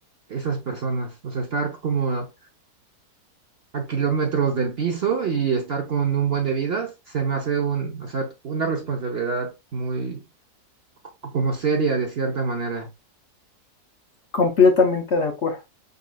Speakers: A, on the right; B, on the left.
A: esas personas. O sea, estar como a kilómetros del piso y estar con un buen de vidas, se me hace un, o sea, una responsabilidad muy como seria de cierta manera.
B: Completamente de acuerdo.